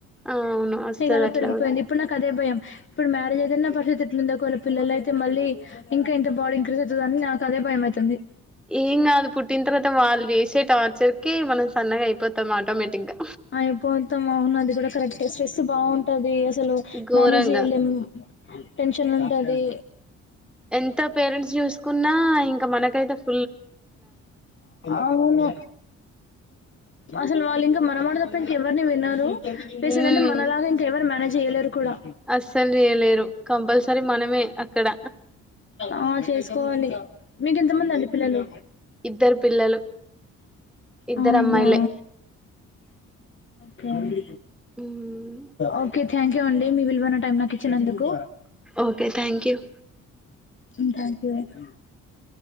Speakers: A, in the centre; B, on the left.
A: అవును వస్తది
B: ఇకలా
A: అట్లా
B: పెరుకిపోయింది
A: కూడా
B: ఇప్పుడు నాకదే భయం <unintelligible> పిల్లల్ని అయితే మళ్ళీ ఇంక ఇంక బాడీ ఇంక్రీజ్ అయితది అని నా అదే భయమ ఇతుంది
A: ఈమ్ కాదు పుట్టిన తర్వాత వాళ్ళు చేేసే టార్చర్ కీ మనం సన్నగా అయిపోతాం ఆటోమేటిక్ గా
B: అయిపోతాం అవునది కూడా కరెక్టే ట్రెస్ బావు టది అస్సలు
A: ఘోరంగా
B: మేనేజ్ చేయలేం టెన్షన్ ఉంటది
A: ఎంత పేరెంట్స్ చూసుకున్నా ఇంక మనకు కైతె తప్
B: అవును అసలు వాళ్ళు ఇంకా మనమట తప్ప ఇంక ఎవరిని వినరు పెసలంటే
A: హ్మ్
B: మనలాగ ఇంక ఎవరు మేనేజ్ జేయలేరు కూడా
A: అస్సలు చేయలేరు కంపల్సరీ
B: ఉ
A: మనమే అక్కడ
B: ఆ చేసుకోవాలి మీకు ఎంత మంది అండి పిల్లలో
A: ఇద్దరు పిల్లలు ఇద్దరు
B: అవునా
A: అమ్మాయిలే
B: పోని
A: హ్మ్
B: ఓకె థ్యాంక్యూ అండి మీ విల్వైన టైమ్ నాకి ఇచ్చి నందుకు
A: okay thank you
B: um thank you అండి